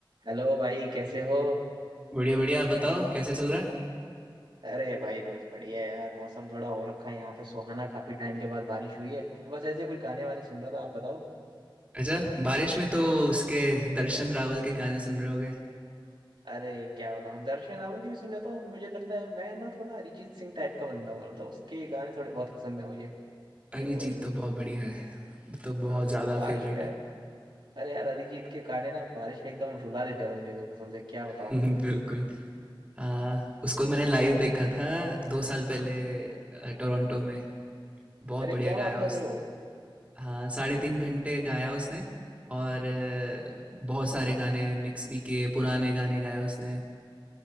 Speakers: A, on the right; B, on the right.
A: Hello भाई कैसे हो
B: बढ़िया बढ़िया आप बताओ कैसा चल रहा है
A: अरे भाई बस बढ़िया है यार मौसम थोड़ा हो रखा है यहाँ पे सुहाना काफी टाइम के बाद बारिश हुई है तो बस ऐसे कुछ गाने वाने सुन रहा था आप बताओ
B: अच्छा बारिश में तो उसके दर्शन रावल के गाने सुन रहे होगे
A: अरे क्या बताऊँ दर्शन रावल के भी सुन लेता हूँ और मुझे लगता है मैं ना थोड़ा अरिजीत सिंह टाइप का बंदा हूँ मतलब उसके गाने थोड़े बहुत पसंद है मुझे
B: अरिजीत
A: और
B: तो बहुत
A: तो
B: बढ़िया है तो
A: हाँ
B: बहुत
A: बिल्कुल
B: ज़्यादा
A: बारिश
B: फेवरेट
A: में
B: है
A: अरे यार अरिजीत के गाने ना बारिश में एकदम रुला देते हैं बंदे को कसम से क्या बताऊँ
B: <laughs>
A: मैं
B: बिल्कुल
A: तुम्हें
B: आ, उसको मैंने लाइव देखा था दो साल पहले अ, टोरंटो में बहुत
A: अरे
B: बढ़िया
A: क्या
B: गाया
A: बात कर
B: उसने
A: रहे हो
B: हाँ साढ़े तीन घंटे गाया उसने और अ, बहुत सारे गाने मिक्स भी किए पुराने गाने गाए उसने